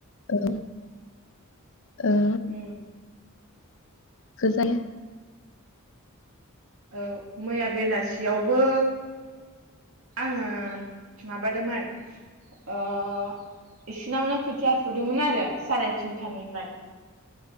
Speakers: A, on the left; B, on the right.
A: ओं ओ
B: उं
A: गोजाया
B: औ मैया बेलासियावबो आङो माबादोंमोन ओ बिसिनावनो खोथिया फुदोंमोन आरो साराय थिनथानिफ्राय